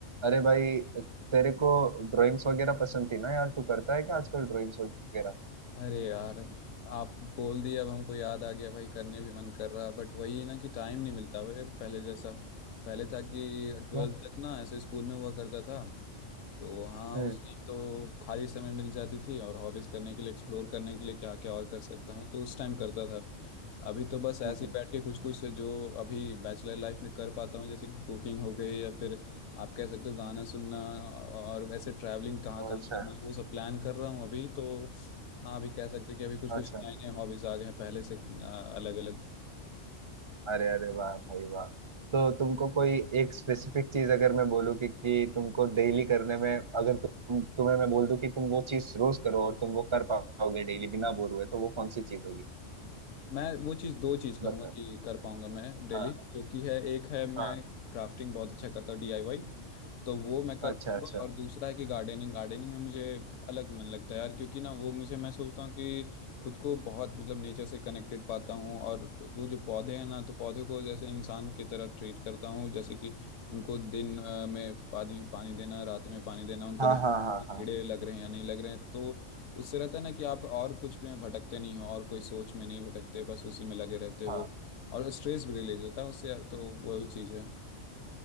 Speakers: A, on the right (about 30°); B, on the left (about 70°).
A: अरे भाई तेरे को ड्राइंग्स वगैरह पसंद थी ना यार तू करता है क्या आजकल ड्राइंग्स वगैरह
B: अरे यार आप बोल दिए अब हमको याद आ गया भाई करने भी मन कर रहा बट वही है ना कि टाइम नहीं मिलता भाई यार पहले जैसा पहले था कि
A: क्यों
B: ट्वेल्थ तक ना ऐसे स्कूल में हुआ करता था तो हाँ
A: हम्म
B: उस टाइम तो खाली समय मिल जाती थी और हॉबीज करने के लिए एक्सप्लोर करने के लिए क्या क्या और कर सकता हूँ तो उस टाइम करता था अभी तो बस ऐसे
A: हम्म हम्म।
B: ही बैठ के कुछ कुछ जो अभी बैचलर लाइफ में कर पाता हूँ जैसे कि कुकिंग हो गई या फिर आप कह सकते हो गाना सुनना और वैसे ट्रैवलिंग कहाँ कहाँ
A: अच्छा
B: करना है वो सब प्लान कर रहा हूँ अभी तो हाँ अभी कह सकते हैं कि अभी कुछ कुछ
A: अच्छा
B: नए नए हॉबीज आ गए हैं पहले से अलग अलग
A: अरे अरे वाह भाई वाह तो तुमको कोई एक स्पेसिफिक चीज अगर मैं बोलूँ कि, कि तुमको डेली करने में अगर तुम तुम्हें मैं बोल दूं कि तुम वो चीज रोज करो और तुम वो कर पाओगे डेली बिना बोर हुए तो वो कौन सी चीज होगी
B: मैं वो चीज़ दो चीज़ कहूँगा
A: बता
B: कि कर पाऊंगा मैं डेली
A: हाँ
B: जो कि है एक है मैं
A: हाँ
B: क्राफ्टिंग बहुत अच्छा करता हूँ डीआईवाई तो वो मैं कर
A: अच्छा
B: पाऊंगा
A: अच्छा
B: और दूसरा है कि गार्डनिंग गार्डनिंग में मुझे अलग मन लगता है यार क्योंकि ना वो मुझे मैं सोचता हूँ कि खुद को बहुत मतलब नेचर से कनेक्टेड पाता हूँ और वो जो पौधे हैं ना तो पौधे को जैसे इंसान की तरह ट्रीट करता हूँ जैसे कि उनको दिन अ, में पानी पानी देना रात में पानी देना उनको
A: हाँ
B: ध्यान
A: हाँ
B: कि कीड़े
A: हाँ
B: लग रहे हैं या नहीं लग रहे हैं तो उससे रहता है ना कि आप और कुछ में भटकते नहीं हो और कोई सोच में नहीं भटकते बस उसी में लगे रहते हो
A: हाँ
B: और स्ट्रेस भी रिलीज होता है उससे यार तो वही चीज़ है